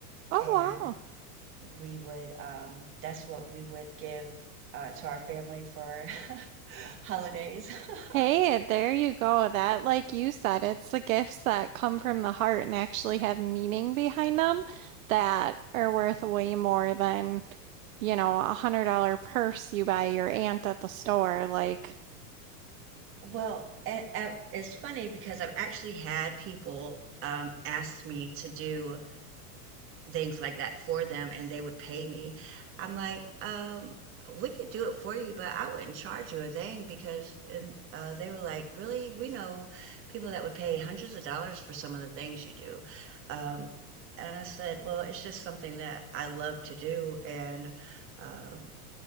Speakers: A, on the right; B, on the right.
A: Oh,
B: And
A: wow.
B: we would um that's what we would give uh, to our family for <laughs> holidays. <laughs>
A: Hey, there you go. That, like you said, it's the gifts that come from the heart and actually have meaning behind them that are worth way more than, you know, a hundred dollar purse you buy your aunt at the store. Like,
B: Well, and, and it's funny because I've actually had people um ask me to do things like that for them and they would pay me. I'm like, um, we could do it for you, but I wouldn't charge you a thing because and uh, they were like, really? We know people that would pay hundreds of dollars for some of the things you do. Um, and I said, well, it's just something that I love to do. And, um,